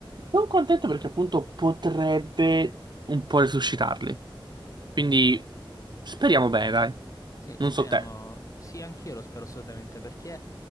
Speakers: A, on the right; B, on the left.
A: non contento perché appunto potrebbe un po' resuscitarli. Quindi speriamo bene, dai.
B: Sì,
A: Non
B: speriamo.
A: so te.
B: Sì, anch'io lo spero assolutamente perché